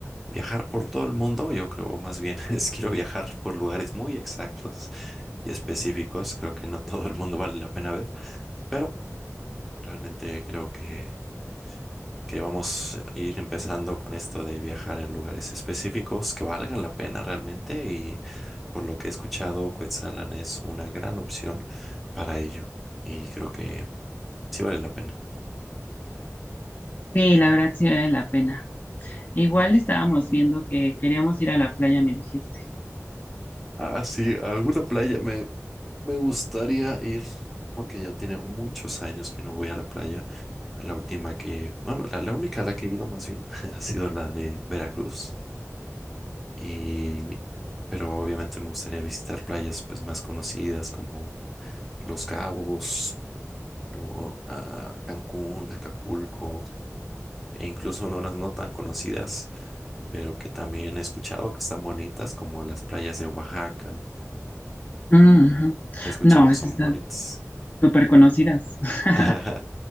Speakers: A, in the centre; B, on the left (about 35°).
A: viajar por todo el mundo, yo creo más bien <laughs> es quiero viajar por lugares muy exactos y específicos, creo que no todo el mundo vale la pena ver, pero realmente creo que que vamos a ir empezando con esto de viajar a lugares específicos que valgan la pena realmente y por lo que he escuchado, Cuetzalan es una gran opción para ello y creo que sí vale la pena.
B: Sí, la verdad sí vale la pena. Igual estábamos viendo que queríamos ir a la playa, me dijiste.
A: Ah, sí, a alguna playa me, me gustaría ir porque ya tiene muchos años que no voy a la playa. La última que, bueno, la, la única a la que he ido más bien <laughs> ha sido la de Veracruz y... Pero obviamente me gustaría visitar playas pues más conocidas como Los Cabos, lo- a Cancún, Acapulco, e incluso unas no tan conocidas, pero que también he escuchado que están bonitas, como las playas de Oaxaca.
B: Ujú, ujú.
A: He escuchado
B: No,
A: que
B: esas
A: son
B: están
A: bonitas.
B: súper conocidas. <laughs>
A: <laughs>